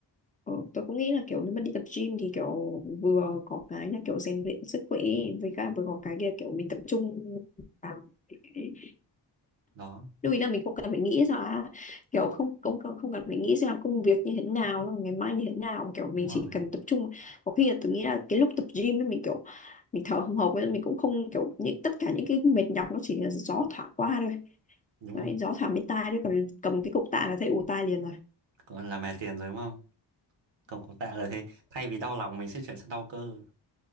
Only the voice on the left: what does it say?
Ờ, tôi cũng nghĩ là kiểu nếu mà đi tập gym thì kiểu vừa có cái là kiểu rèn luyện sức khỏe với cả vừa có cái kia kiểu mình tập trung vào cái-
lưu ý là mình không cần phải nghĩ ra là kiểu không không không không cần phải nghĩ ra là công việc như thế nào xong ngày mai như thế nào mà kiểu mình
chỉ cần tập trung có khi là tôi nghĩ là cái lúc tập gym ấy mình kiểu mình thở hồng hộc ấy mình cũng không kiểu những tất cả những cái mệt nhọc nó chỉ là gió thoảng qua thôi
đấy
gió thoảng bên tai đấy còn cầm cái cục tạ là thấy ù tai liền rồi